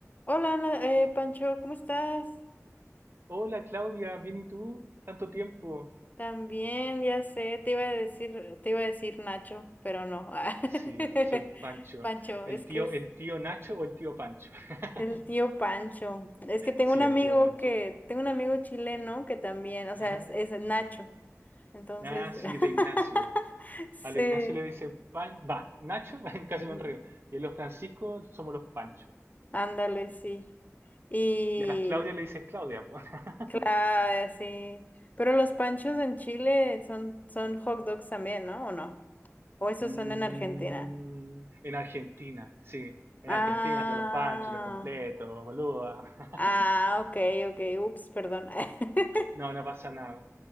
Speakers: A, on the left; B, on the right.
A: Hola, Ana- eh, Pancho, ¿cómo estás?
B: Hola Claudia, ¿bien y tú? ¿Tanto tiempo?
A: También, ya sé, te iba a decir, te iba a decir Nacho, pero no. ah.
B: Sí,
A: <laughs>
B: soy Pancho.
A: Pancho,
B: ¿El
A: es
B: tío,
A: que es
B: el tío Nacho o el tío Pancho? <laughs>
A: el tío Pancho. Es que tengo
B: Sí,
A: un amigo
B: el tío Pancho.
A: que, tengo un amigo chileno que también, o sea,
B: Ajá.
A: es, es Nacho. Entonces,
B: Ah, sí,
A: <laughs>
B: de Ignacio.
A: sí,
B: A lo Ignacio le dice Pan, va, Nacho, <laughs> casi
A: mm,
B: me enredo. Y a los Francisco somos los Pancho.
A: ándale, sí. Y,
B: Y a las Claudia le dicen Claudia, po. <laughs>
A: Claro, sí. Pero los panchos en Chile son, son hot dogs también, ¿no? ¿O no? ¿O esos
B: Mm,
A: son en Argentina?
B: en Argentina, sí. En
A: Ah,
B: Argentina son los Panchos, los completos, boluda. <laughs>
A: ah, ok, ok, ups, perdón. <laughs>
B: No, no pasa nada.